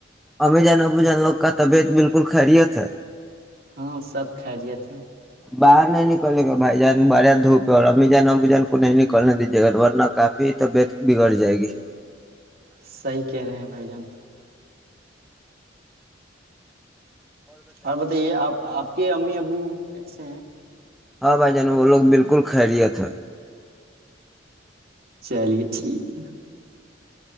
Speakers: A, in the centre; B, on the right (about 55°).
A: ابھی جان اب جان لوگ کا طبیعت بالکل خیریت ہے
B: ہاں سب کھجے تھے
A: باہر نہیں نکلے گا بھائی جان بڑیا دھوپ اورا جانا جان کو نہیں نکلنے دیجیے گا ورنہ کافی طبیعت بگڑ جائے گی
B: صحی کہہ رہے ہیں بھائی جان اور بتائیے آپ آپ کے امی ابو کیسے ہیں
A: ہاں بھائی جان وہ لوگ بالکل خیریت ہے
B: چلیے ٹھیک ہے